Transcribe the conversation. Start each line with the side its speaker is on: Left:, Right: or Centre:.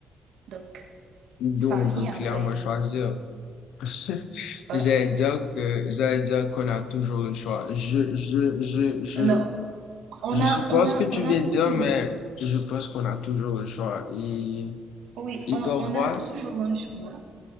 Right: Donc,
Left: Donc,
Right: ça vient
Left: on peut clairement
Right: après.
Left: choisir. <laughs>
Right: Euh,
Left: J'allais dire que, j'allais dire qu'on a toujours le choix. Je, je, je, je,
Right: non, on
Left: Je suppose
Right: a, on a,
Left: que tu
Right: on
Left: viens
Right: a toujours,
Left: de dire, mais je pense qu'on a toujours le choix. Et,
Right: oui,
Left: et
Right: on,
Left: parfois,
Right: on a toujours un choix.